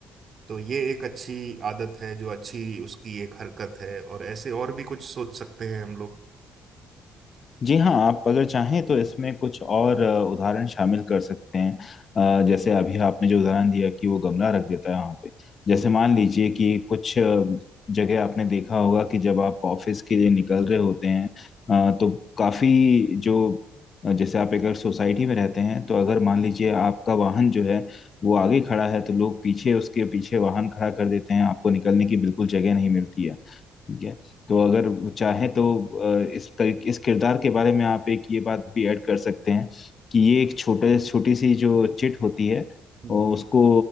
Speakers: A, on the right; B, on the left.
A: तो ये एक अच्छी आदत है जो अच्छी उसकी एक हरकत है और ऐसे और भी कुछ सोच सकते हैं हम लोग
B: जी हाँ आप अगर चाहें तो इसमें कुछ और अ, उदाहरण शामिल कर सकते हैं अ, जैसे अभी आपने जो उदाहरण दिया कि वो गमला रख देता है वहाँ पे जैसे
A: हम्म
B: मान लीजिए कि कुछ अ, जगह आपने देखा होगा कि जब आप ऑफिस के लिए निकल रहे होते हैं अ, तो काफी जो अ, जैसे आप एक अगर सोसाइटी में रहते हैं तो अगर मान लीजिए आपका वाहन जो है वो आगे खड़ा है तो लोग पीछे उसके पीछे वाहन खड़ा कर देते हैं आपको निकलने की बिल्कुल जगह नहीं मिलती है ठीक है तो अगर चाहे तो अ, इस तरीके इस किरदार के बारे में आप एक ये बात भी ऐड कर सकते हैं कि ये एक छोटे छोटी सी जो चिट होती है
A: हम्म
B: और उसको